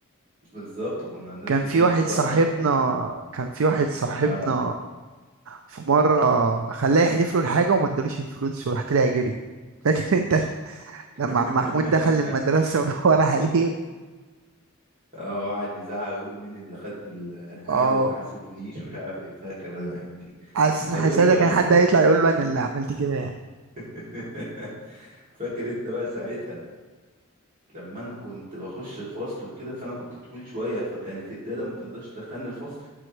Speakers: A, on the right; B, on the right.
A: بالظبط كنا الناس
B: كان
A: بتنقل
B: في واحد
A: بقى
B: صاحبنا
A: تنط من ناحية
B: كان في واحد صاحبنا
A: آه،
B: في مرة خلاه يحدف له الحاجة وما ادالوش الفلوس وراح طلع جري فاكر انت لما
A: <laughs>
B: عم محمود دخل المدرسة ودور عليه
A: اه وقعد يزعق ويقول مين اللي خد ال- الحاجة
B: اه
A: وما حاسبنيش ومش عارف ايه فاكر انا الايام دي
B: حاسس ان
A: طب
B: حسادة
A: وانت مفيش
B: كان حد
A: موقف
B: هيطلع يقول له انا اللي عملت كده يعني
A: <laughs> فاكر انت بقى ساعتها لما انا كنت بخش الفصل وكده فانا كنت طويل شوية فكانت الدادة ما تقدرش تدخلني الفصل